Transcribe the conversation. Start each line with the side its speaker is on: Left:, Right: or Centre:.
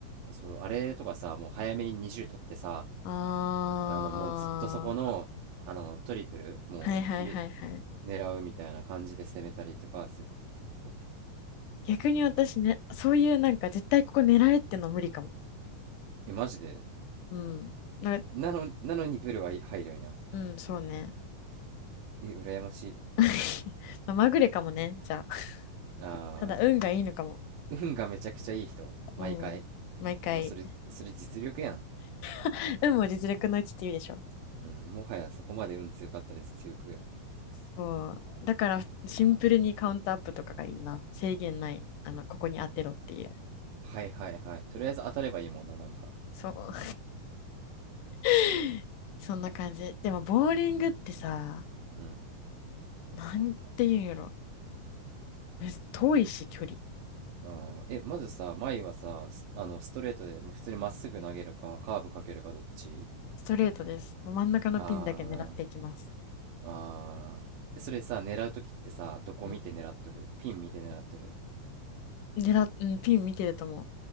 Right: そう、あれとかさ、もう早めに20取ってさ、
Left: ああ、
Right: あの、もうずっとそこの、あの、トリプル、もう入れ、
Left: はいはいはいはい。
Right: 狙うみたいな感じで攻めたりとかする、結構。
Left: 逆に私ね、そういうなんか絶対ここ狙えっての無理かも。
Right: え、マジで。
Left: うん。な、
Right: なの、なのにブルはい入るんや。
Left: うん、そうね。
Right: え、羨ましい。
Left: <laughs> まあまぐれかもね、じゃあ。
Right: あ
Left: ただ運がいいのかも。
Right: ー、運がめちゃくちゃいい人毎回
Left: うん。毎回。
Right: もうそれ、それ実力やん。
Left: <laughs> 運も実力のうちって言うでしょ。
Right: うん、もはやそこまで運強かったら実力よ。
Left: そう。だからシンプルにカウントアップとかがいいな。制限ない。あの、ここに当てろっていう。
Right: はいはいはい。とりあえず当たればいいもんな、なんか。
Left: そう。<laughs> そんな感じ。でも、ボーリングってさ、
Right: うん。
Left: なんて言うんやろ。むず遠いし、距離。
Right: あー、え、まずさ、前はさ、スあの、ストレートで、ま普通にまっすぐ投げるか、カーブかけるか、どっち
Left: ストレートです。もう真ん中のピンだけ狙っていきます。
Right: あー、あー。えそれさ、狙うときってさ、どこ見て狙っとるピン見て狙っとる
Left: うん。狙っ、うん、ピン見てると思う。